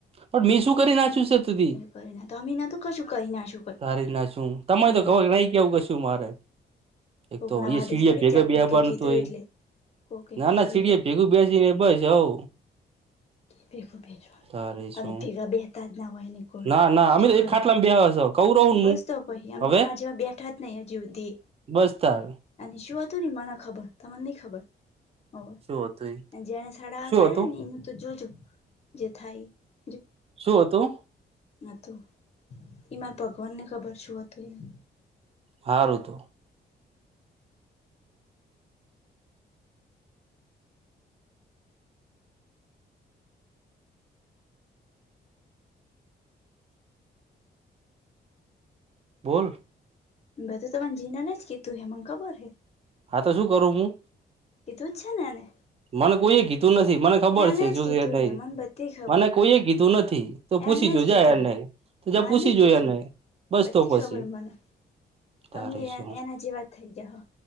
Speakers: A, on the right; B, on the left.
A: પણ મી શું કરી નાખ્યું સે? અત્યાર સુધી
B: એ કરીને તો અમે નતું કશું કરી નાશું કઈ
A: તારીના શું તમે
B: હોવે
A: કવો નય કેવું કશું મારે એક
B: કોક
A: તો
B: ના વાદે
A: એ સીડીએ
B: સડી
A: ભેગા
B: જા
A: બેબાનું
B: કોકે કીધું
A: હતું એ
B: એટલે કોકે
A: નાના
B: કીધું
A: સીડીએ ભેગું બેસીને બસ હવ
B: ભેગુ બેહી જવાનું
A: તારે
B: તમે
A: શું
B: ભેગા બેહતા જ ના વાહની કોડ
A: ના ના અમે
B: ચોકન
A: એક ખાટલામાં બેહવા છો કઉ રહું
B: બસ
A: હું
B: તો પહી અમે
A: હવે
B: તમાર જેવા બેઠા જ નય હજી હુધી
A: બસ તાર
B: અને શું હતું ને ઈ મને ખબર તમન ની ખબર હોવ
A: શું હતું એ
B: અને જેને સડાહા
A: શું
B: કર્યા
A: હતું
B: હે ને એનું તો જોજો જે થાય ઈ
A: શું હતું?
B: હતું ઈ માર ભગવાનને ખબર શું હતું એમ
A: હારું તો બોલ.
B: બધું તમારી જીનાને જ કીધું હે મને ખબર હે
A: હા તો શું કરું હું?
B: કીધું જ છે ને એને?
A: મને કોઈએ કીધું નથી મને ખબર
B: એને
A: છે શું
B: જ કીધું
A: છે નઈ
B: હે મને બધી ખબર
A: મને કોઈએ કીધું નથી પૂછી
B: એને
A: જોજે
B: જ કીધું
A: આયનને
B: હે
A: તો જા
B: માર
A: પૂછી
B: નઈ
A: જોય
B: પૂછું
A: એને બસ
B: બધી
A: તો પછી
B: ખબર મને
A: તારે
B: તમે
A: શું
B: એન એના જેવા થઈ જાહો